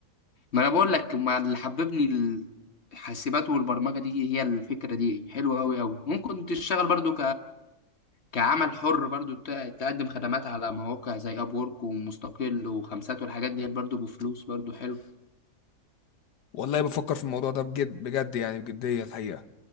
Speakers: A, on the left; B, on the left.
A: ما أنا بقول لك ما اللي حببني ال- الحاسبات والبرمجه دي هي الفكره دي حلوه قوي قوي ممكن تشتغل برضو كعمل حر برضو ت- تقدم خدمات على مواقع زي اب وورك ومستقل وخمسات والحاجات دي برضو بفلوس برضو حلو
B: والله بفكر في الموضوع ده بجد بجد يعني بجديه الحقيقه